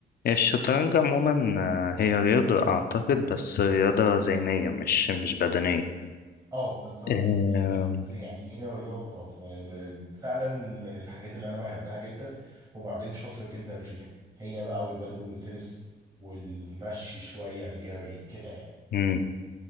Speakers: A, on the left; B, on the right.
A: هي الشطرنج عموما آه، هي رياضة اعتقد بس رياضة ذهنية مش مش بدنية
B: اه بالظبط
A: أه
B: بس بس يعني هي رياضة ف- فعلا من الحاجات اللي انا بحبها جدا وبعدين شاطر جدا فيها هي بقى والبدل والتنس والمشي شوية الجري كده يعني
A: أمم.